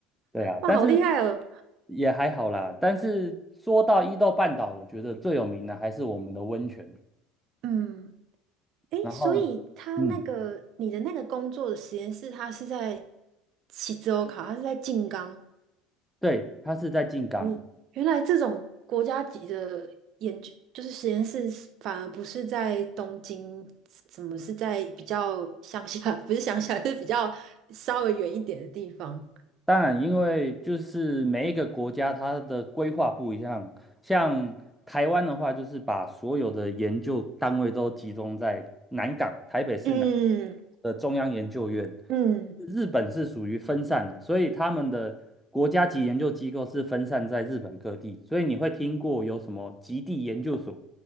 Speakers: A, in the centre; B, on the right.
A: 对啊，
B: 哇，
A: 但是
B: 好厉害哦，
A: 也还好啦。但是说到伊豆半岛，我觉得最有名的还是我们的温泉。
B: 嗯。诶，
A: 然后，
B: 所以他那个你的那个工作的实验室，
A: 嗯，
B: 他是在西州考，他是在静冈。
A: 对，它是在静冈。
B: 哦，原来这种国家级的研究，就是实验室是反而不是在东京，怎么是在比较乡下？<laughs> 不是乡下，是比较稍微远一点的地方。
A: 当然，因为就是每一个国家它的规划不一样，像台湾的话，就是把所有的研究单位都集中在南港，台北市南
B: 嗯
A: 的中央研究院。
B: 嗯，
A: 日本是属于分散的，所以他们的国家级研究机构是分散在日本各地，所以你会听过有什么极地研究所，